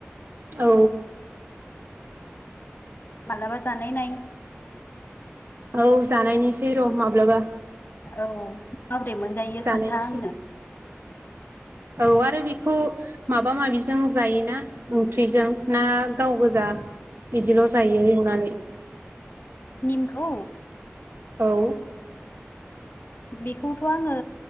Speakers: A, on the right; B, on the left.
A: औ
B: मालाबा जानाय नाय ।
A: औ जानायनिसै र' माब्लाबा ।
B: औ माब्रै मोनजायो
A: जानायनोसै
B: खोनथा आंनो ।
A: औ आरो बेखौ माबा माबिजों जायोना ओंख्रिजों ना गाव गोजा बिदिल' जायो एवनानै ।
B: निमखौ
A: औ
B: बेखौथ' आङो